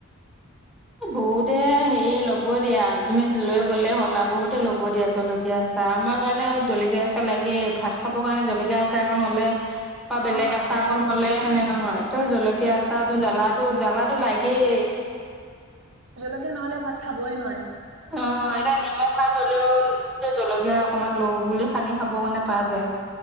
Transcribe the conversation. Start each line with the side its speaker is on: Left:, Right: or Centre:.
Centre: বহুতে হেৰি লব দিয়া। তুমি লৈ গলে হ'ল আও। বহুতে ল'ব দিয়া জলকীয়া আচাৰ। আমাৰ কাৰণে জলকীয়া আচাহ লাগেই। ভাত খাব কাৰণে জলকীয়া আচাৰকন হলে বা
Right: অ
Centre: বেলেগ আচাৰ
Right: লাগেই
Centre: অকন হলে, সেনে নহয় ত জলকীয়া
Right: উম
Centre: আচাৰ তো জ্বলা জ্বালাটো লাগেই
Right: জলকীয়া নহলে ভাত খাবই নোৱাৰি।
Centre: অ, এতিয়া নিমখ ভাত হলেওঁ জলকীয়া অকমান লওঁ বুলি সানি খাব কাৰণে পাৰ যায়।